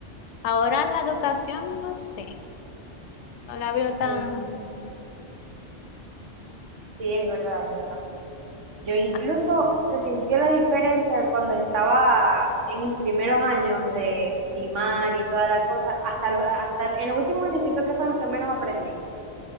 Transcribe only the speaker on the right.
en realidad. Sí, es verdad, es verdad. Yo incluso
se sintió la diferencia de cuando estaba en mis primeros años de primaria y toda la cosa, hasta, los, hasta en los últimos años siento que son los que menos aprendí.